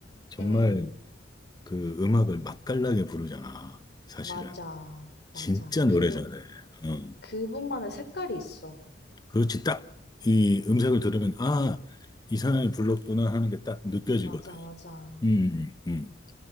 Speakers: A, on the left; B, on the left.
A: 정말
B: 응, 응.
A: 그 음악을 맛깔나게 부르잖아. 사실은.
B: 맞아, 맞아.
A: 진짜
B: 그,
A: 노래 잘해. 어.
B: 그분만의 색깔이 있어.
A: 그렇지. 딱 이 음색을 들으면, 아, 이 사람이 불렀구나 하는 게 딱 느껴지거든.
B: 맞아, 맞아.
A: 음, 음.